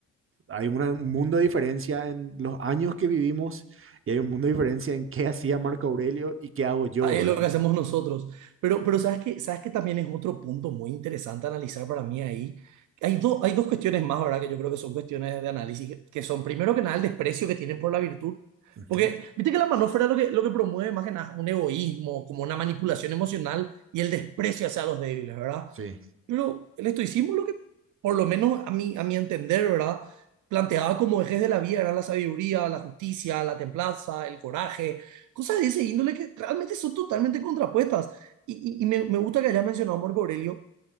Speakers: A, on the right; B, on the right.
A: hay una, un mundo de diferencia en los años que vivimos y hay un mundo de diferencia en qué hacía Marco Aurelio y qué hago yo,
B: Ah, Es
A: ¿verdad?
B: lo que hacemos nosotros. Pero, pero ¿sabes que ¿Sabes que también es otro punto muy interesante a analizar para mí ahí? Hay, dos hay dos cuestiones más, ¿verdad? Que yo creo que son cuestiones de análisis, que, que son, primero que nada, el desprecio que tienen por la virtud.
A: Ujú.
B: Porque, viste que la manósfera lo que, lo que promueve más que nada un egoísmo, como una manipulación emocional y el desprecio hacia los débiles, ¿verdad?
A: Sí,
B: Pero el estoicismo lo que, por lo menos a mí, a mi entender, ¿verdad? Planteaba como ejes de la vida, era la sabiduría, la justicia, la templanza, el coraje Cosas de ese índole que realmente son totalmente contrapuestas. Y, y- y me, me gusta que hayas mencionado a Marco Aurelio,